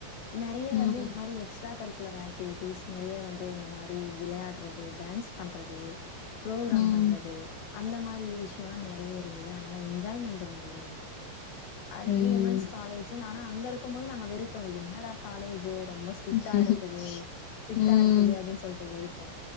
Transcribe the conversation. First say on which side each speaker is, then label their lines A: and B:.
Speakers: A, on the left; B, on the left.
A: நெறய
B: ம்,
A: வந்து இந்த மாரி எக்ஸ்ட்ரா கரிக்குலர் ஆக்டிவிட்டிஸ் நெறைய வந்து இந்த மாரி விளையாடுறது டான்ஸ் பண்றது ப்ரோக்ராம்
B: ம்,
A: பண்றது அந்த மாரி விஷயம்லா நெறைய இருந்தது அதனால என்ஜாய்மெண்ட்டு நெறைய இருந்தது அது
B: ம். ம், ம்,
A: வந்து உமன்ஸ்
B: ம்.
A: காலேஜ் ஆனா அங்க இருக்கும் போது நாங்க வெறுத்தோ இது என்னடா காலேஜு ரொம்ப ஸ்ட்ரிக்டா
B: ம், ஆமா.
A: இருக்குது ஸ்ட்ரிக்டா
B: ம்,
A: இருக்குது அப்படின்னு சொல்லிட்டு வெறுத்தோ